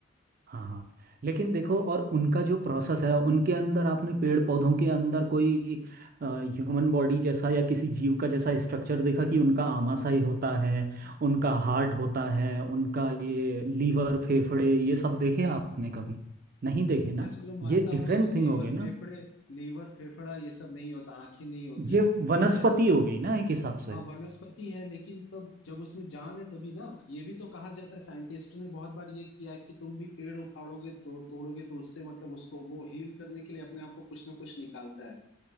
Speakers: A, on the right; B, on the left.
A: हाँ हाँ लेकिन देखो और उनका जो प्रोसेस है उनके अंदर आपने पेड़ पौधों के अंदर कोई ह्यूमन बॉडी जैसा या किसी जीव का जैसा स्ट्रक्चर देखा कि उनका आमाशय होता है उनका हार्ट होता है उनका ये लीवर फेफड़े ये सब देखे आपने कभी नहीं देखे
B: अच्छा
A: ना
B: चलो मानता
A: ये
B: हूँ
A: डिफरेंट
B: उसमें लीवर
A: थिंग हो गई ना
B: फेफड़े लीवर फेफड़ा ये सब नहीं होता आंखें नहीं होती
A: ये वनस्पति
B: ठीक है
A: हो गई ना एक हिसाब से
B: हाँ वनस्पति है लेकिन तब जब उसमें जान है तभी ना ये भी तो कहा जाता है साइंटिस्टों ने बहुत बार ये किया है कि तुम भी पेड़ उखाड़ोगे तो तोड़ोगे तो उससे मतलब उसको वो हील करने के लिए अपने आप को कुछ ना कुछ निकालता है